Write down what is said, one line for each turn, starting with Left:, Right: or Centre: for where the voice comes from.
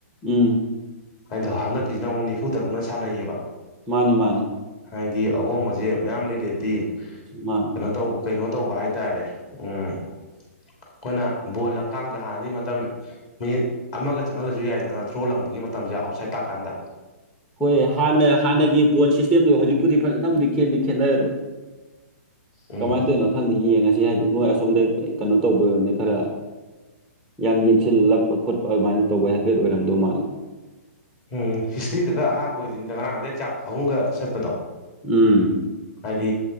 Centre: ꯎꯝ
Left: ꯑꯩꯗꯣ ꯍꯟꯗꯛꯀꯤꯁꯤꯅ ꯑꯃꯨꯛ ꯅꯤꯐꯨꯇꯔꯨꯛꯅ ꯁꯟꯅꯩꯌꯦꯕ ꯑ
Centre: ꯃꯥꯅꯤ ꯃꯥꯅꯤ
Left: ꯍꯥꯏꯗꯤ ꯑꯍꯣꯡꯕꯁꯦ ꯃꯌꯥꯝ ꯂꯩꯔꯦꯗꯤ
Centre: ꯃꯥꯅꯤ
Left: ꯀꯩꯅꯣ ꯇꯧꯕ ꯀꯩꯅꯣ ꯇꯧꯕ ꯍꯥꯏꯇꯥꯔꯦ ꯎꯝ ꯑꯩꯈꯣꯏꯅ ꯕꯣꯜ ꯂꯪꯀꯥꯟꯗ ꯍꯥꯟꯅꯗꯤ ꯃꯇꯝ ꯃꯤꯅꯤꯠ ꯑꯃꯒ ꯆꯪꯍꯜꯂꯁꯨ ꯌꯥꯏꯗꯅ ꯊ꯭ꯔꯣꯂꯪꯕꯒꯤ ꯃꯇꯝꯁꯦ ꯑꯥꯎꯠꯁꯥꯏꯠ ꯇꯥꯀꯥꯟꯗ
Centre: ꯍꯣꯏ ꯍꯥꯟꯅ ꯍꯥꯟꯅꯒꯤ ꯕꯣꯟ ꯁꯤꯁꯇꯦꯝꯗꯣ ꯍꯧꯖꯤꯛꯄꯨꯗꯤ ꯐꯖꯅꯕꯨꯗꯤ ꯈꯦꯠꯗꯤ ꯈꯦꯠꯅꯔꯦ ꯑꯗꯨ
Left: ꯎꯝ
Centre: ꯀꯃꯥꯏꯅ ꯇꯧꯔꯤꯅꯣ ꯈꯪꯗꯦ ꯌꯦꯡꯉꯁꯤ ꯁꯤ ꯍꯥꯏꯗꯤ ꯃꯣꯏ ꯑꯁꯣꯝꯗꯩ ꯀꯩꯅꯣ ꯇꯧꯕ ꯑꯣꯏꯔꯝꯅꯤ ꯈꯔ ꯌꯥꯝ ꯌꯦꯡꯁꯤꯜꯂꯛꯄ ꯈꯣꯠꯄ ꯑꯗꯨꯃꯥꯏꯅ ꯇꯧꯕ ꯍꯥꯏꯐꯦꯠ ꯑꯣꯏꯔꯝꯗꯧ ꯃꯥꯜꯂꯤ
Left: ꯎꯝ ꯍꯤꯁꯇ꯭ꯔꯤꯗꯒ ꯑꯍꯥꯟꯕ ꯑꯣꯏꯗꯣꯏꯅꯤꯗ ꯉꯔꯥꯡ ꯔꯦꯠ ꯀꯥꯔꯠ ꯑꯍꯨꯝꯒ ꯁꯠꯄꯗꯣ
Centre: ꯎꯝ
Left: ꯍꯥꯏꯗꯤ